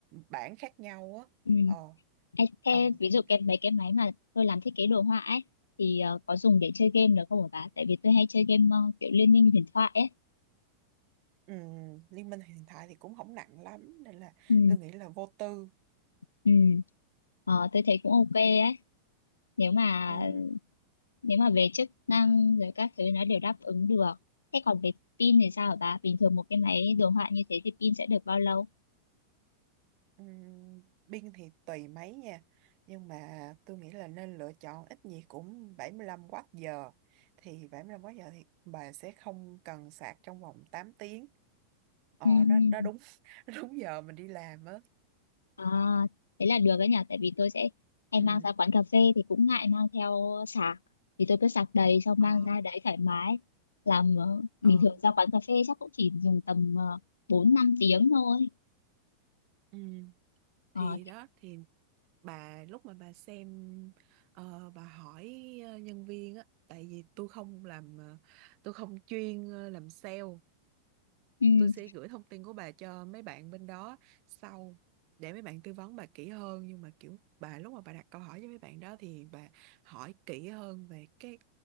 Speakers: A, on the right; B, on the left.
A: bản khác nhau á.
B: ừ.
A: Ờ,
B: Ê, Thế
A: ờ
B: ví
A: nhưng
B: dụ cái mấy cái máy mà tôi làm thiết kế đồ họa ấy thì ờ, có dùng để chơi game được không hả bà? Tại vì tôi hay chơi game ờ, kiểu Liên minh huyền thoại ấy.
A: ừm, Liên minh hiện tại thì cũng không nặng lắm nên là
B: Ừ,
A: tôi nghĩ là vô tư.
B: ừ. Ờ, tôi thấy cũng ok ấy. Nếu mà
A: Ừ.
B: nếu mà về chức năng rồi các thứ nó đều đáp ứng được thế còn về pin thì sao hả bà bình thường một cái máy đồ họa như thế thì pin sẽ được bao lâu
A: Ừm, Biên thì tùy mấy nha Nhưng mà tôi nghĩ là nên lựa chọn ít gì cũng bảy mươi lăm watt giờ Thì 75 watt giờ thì bà sẽ không cần sạc trong vòng tám tiếng Ờ
B: Ừm,
A: nó, nó đúng <laughs> nó đúng giờ mình đi làm á
B: à, thế là được đấy nhỉ tại vì tôi sẽ hay
A: ừ
B: mang ra quán cà phê thì cũng ngại mang theo sạc thì tôi cứ sạc đầy xong
A: ờ
B: mang ra đấy thoải mái làm ờ, bình
A: ờ
B: thường ra quán cà phê chắc cũng chỉ dùng tầm ờ, bốn năm tiếng thôi
A: ừ thì
B: Ờ,
A: đó
B: thế,
A: thì bà lúc mà bà xem ờ, bà hỏi ờ, nhân viên á tại vì tôi không làm ờ, tôi không chuyên ờ, làm sale
B: ừ,
A: tôi sẽ gửi thông tin của bà cho mấy bạn bên đó sau để mấy bạn tư vấn bà kỹ hơn nhưng mà kiểu bà lúc mà bà đặt câu hỏi với mấy bạn đó thì bà hỏi kỹ hơn về cái